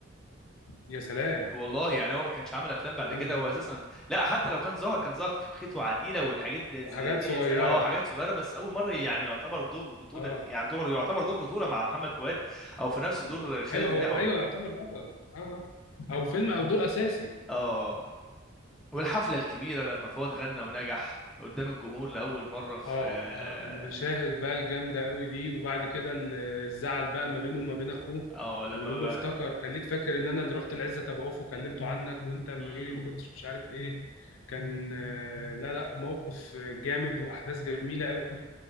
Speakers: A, on the left; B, in the centre.
A: يا سلام
B: والله يعني هو ما كانش عمل افلام بعد
A: يا
B: كده
A: نهار
B: هو
A: ابيض
B: اساسا لا حتى لو كان ظهر كان ظهر في بخيت وعديله والحاجات اللي زي
A: حاجات
B: دي
A: صغيره
B: أسا- اه حاجات صغيره بس اول مره يعني يعتبر دور بطوله
A: اه
B: يعني يعتبر يعتبر دور بطوله مع محمد فؤاد او في نفس
A: مم.
B: دور خالد
A: ايوه هو
B: النبوي
A: ايوه يعتبر بطل اه آه. او فيلم او دور اساسي
B: اه والحفله الكبيره لما فؤاد غنى ونجح قدام الجمهور لاول مره في
A: اه
B: اه
A: اه المشاهد بقى الجامده قوي دي وبعد كده ال- الزعل بقى ما بينه وما بين اخوه
B: آه، لما
A: ويقول
B: بقى
A: له افتكر خليك فاكر ان انا اللي رحت العزه تبعوه وكلمته عنك وانت من
B: امم
A: غيري ما كنتش مش عارف ايه كان آه، لا لا موقف جامد واحداث جميله قوي